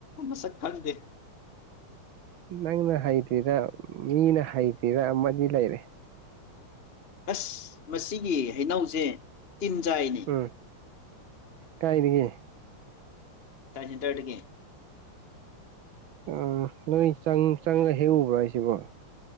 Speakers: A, on the left; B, on the right.
A: ꯃꯁꯛ ꯈꯪꯗꯦ
B: ꯅꯪꯅ ꯍꯩꯇ꯭ꯔꯤꯔꯥ ꯃꯤꯅ ꯍꯩꯇ꯭ꯔꯤꯔꯥ ꯑꯃꯗꯤ ꯂꯩꯔꯦ
A: ꯑꯁ ꯃꯁꯤꯒꯤ ꯍꯩꯅꯧꯖꯦ ꯇꯤꯟꯆꯥꯏꯅꯦ
B: ꯎꯝ ꯀꯥꯏꯅꯤꯒꯦ
A: ꯁꯥꯏꯟꯁ ꯁꯦꯟꯇꯔꯗꯒꯤ
B: ꯎꯝ ꯅꯣꯏ ꯆꯪ ꯆꯪꯉꯒꯥ ꯍꯦꯛꯎꯕ꯭ꯔꯥ ꯍꯥꯏꯁꯤꯕꯣ